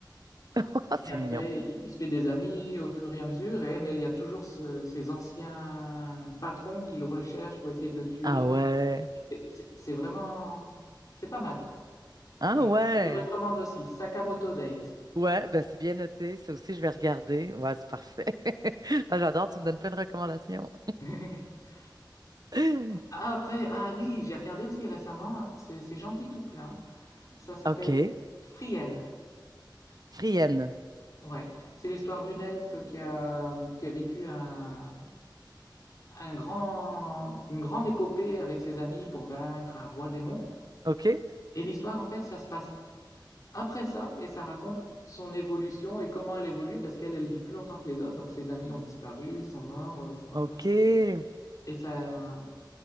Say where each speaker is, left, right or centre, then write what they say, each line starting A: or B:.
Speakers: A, on the right; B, on the left.
A: Ah,
B: Et
A: c'est
B: après,
A: mignon.
B: il, il se fait des amis au fur et à mesure, et, mais il y a toujours ce- ces anciens patrons qui le recherchent pour essayer de le tuer.
A: Ah ouais.
B: Et C'est c'est- c'est vraiment... C'est pas mal.
A: Ah
B: Je,
A: ouais.
B: je recommande aussi Sakamoto Days.
A: Ouais, ben c'est bien noté. Ça aussi, je vais regarder. Ouais, c'est parfait. <laughs> Ah, j'adore, tu me donnes plein de recommandations.
B: <laughs>
A: <gasps>
B: Ah, après, ah oui, j'ai regardé aussi récemment, c'est c'est Gentil tout plein. Ça s'appelle
A: <laughs> OK.
B: Frienne.
A: Frienne.
B: Ouais, c'est l'histoire d'une elfe qui a, qui a vécu un, un grand, une grande épopée avec ses amis pour vaincre un roi démon.
A: OK.
B: Et l'histoire, en fait, ça se passe après ça et ça raconte son évolution et comment elle évolue parce qu'elle, elle vit plus longtemps que les autres. Donc ses amis ont disparu, ils sont morts euh,
A: OK.
B: au fur et à mesure. Et ça,